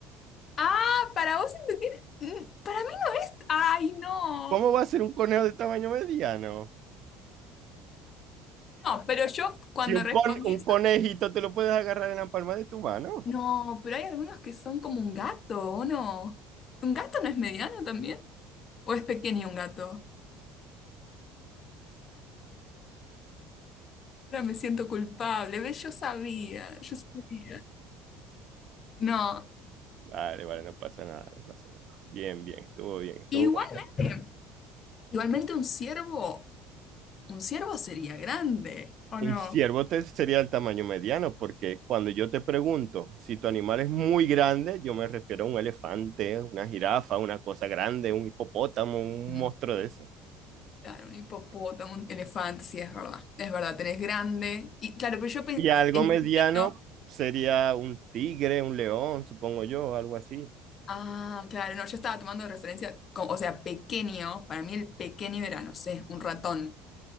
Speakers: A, on the left; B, on the right.
A: Ah, para vos esto tiene- mm, Para mí no es. Ay, no.
B: ¿Cómo va a ser un conejo de tamaño mediano?
A: No, pero yo cuando
B: Si un,
A: respondí
B: con- un
A: eso.
B: conejito te lo puedes agarrar en la palma de tu mano.
A: No, pero hay algunos que son como un gato, ¿o no? ¿Un gato no es mediano también? ¿O es pequeño un gato? Ahora me siento culpable. ¿Ves? Yo sabía, yo sabía. No,
B: Vale, vale, no pasa nada, no pasa nada. Bien, bien, estuvo bien, estuvo
A: igualmente,
B: bueno.
A: igualmente un ciervo. Un ciervo sería grande, ¿o
B: Un
A: no?
B: ciervo te sería el tamaño mediano, porque cuando yo te pregunto si tu animal es muy grande, yo me refiero a un elefante, una jirafa, una cosa grande, un hipopótamo, un
A: Mm,
B: monstruo de eso.
A: Claro, un hipopótamo, un elefante, sí, es verdad. Es verdad, tenés grande. Y claro, pero yo pensé
B: Y algo
A: en
B: mediano
A: chiquito.
B: sería un tigre, un león, supongo yo, algo así.
A: Ah, claro, no, yo estaba tomando de referencia, como- o sea, pequeño. Para mí el pequeño era, no sé, un ratón,